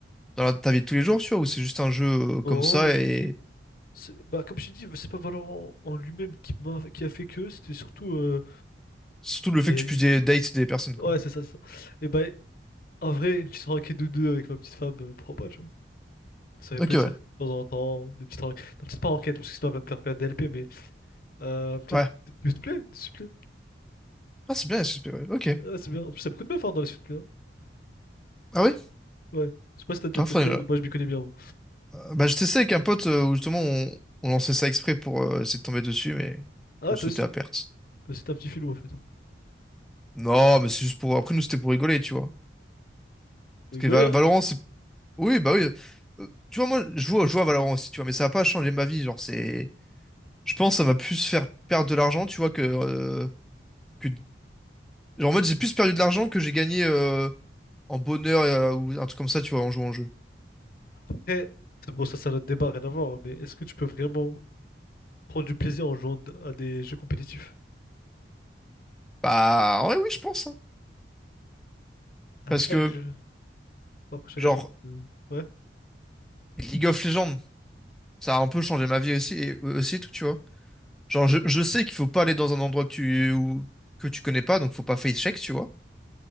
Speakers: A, in the centre; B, on the left (about 50°).
A: dans la- ta vie de tous les jours, tu vois, ou c'est juste un jeu euh, comme
B: non,
A: ça et
B: c'est- bah, comme je t'ai dit, c'est pas Valorant en lui-même qui m'a, qui a fait que, c'était surtout, euh,
A: Surtout le fait
B: bah, il
A: que
B: y a
A: tu
B: eu-
A: puisses des dates des personnes,
B: ouais,
A: quoi.
B: c'est ça, c'est ça. Et bah, En vrai, une petite enquête de deux avec ma petite femme, euh, pourquoi pas, tu vois. Ça fait
A: Ok,
B: plaisir,
A: ouais.
B: de temps en temps, des petites enquêtes. Non, peut-être pas enquête, parce que sinon elle va me faire perdre des LP, mais euh, peut-être
A: Ouais.
B: des supplés, des supplés.
A: Ah, c'est bien, SSP, ouais. Ok.
B: Ah, c'est bien. En plus, ça me coûte bien fort dans les supplés, hein.
A: Ah oui?
B: Ouais. Je sais pas si t'as déjà
A: Ah,
B: testé,
A: faudrait je-
B: mais moi je m'y connais bien, moi.
A: euh, Bah, je testais avec un pote euh, où justement on, on lançait ça exprès pour euh, essayer de tomber dessus, mais
B: Ah,
A: oh, c'était
B: toi aussi,
A: à perte.
B: toi aussi t'as un petit filou, en fait. Faut
A: Non, mais c'est juste pour. Après, nous, c'était pour rigoler, tu vois.
B: rigoler,
A: Parce que Val-
B: hein.
A: Valorant, c'est. Oui, bah oui. Euh, Tu vois, moi, je joue, je joue à Valorant aussi, tu vois, mais ça va pas changé ma vie. Genre, c'est. Je pense que ça m'a plus faire perdre de l'argent, tu vois, que, euh, que. Genre, en mode, j'ai plus perdu de l'argent que j'ai gagné euh, en bonheur euh, ou un truc comme ça, tu vois, en jouant en jeu.
B: Après, c'est bon, ça, c'est un autre débat, rien à voir, hein, mais est-ce que tu peux vraiment prendre du plaisir en jouant d- à des jeux compétitifs?
A: Bah, ouais, oui, je pense. hein.
B: À
A: Parce
B: chaque
A: que,
B: jeu. Après, chacun
A: genre,
B: son... euh, Ouais.
A: League of Legends, ça a un peu changé ma vie aussi, et, euh, aussi et tout, tu vois. Genre, je, je sais qu'il faut pas aller dans un endroit que tu, ou- que tu connais pas, donc faut pas face check, tu vois.